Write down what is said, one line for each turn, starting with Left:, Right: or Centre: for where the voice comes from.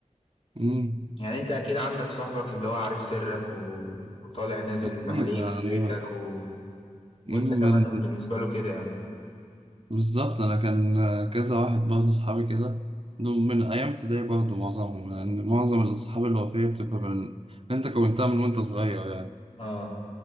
Right: امم
Left: يعني أنت أكيد عندك صاحبك اللي هو عارف سرك و... وطالع نازل
Right: اكيد
Left: عليك
Right: يعني
Left: في بيتك
Right: هو-
Left: و...
Right: امم
Left: وانت كمان
Right: من-
Left: بالنسبة له كده يعني
Right: بالظبط انا كان كذا واحد برضه اصحابي كده دول من ايام ابتدائي برضه معظمهم لان معظم الاصحاب الوفيه بتبقى من انت كونتها من وانت صغير يعني
Left: اه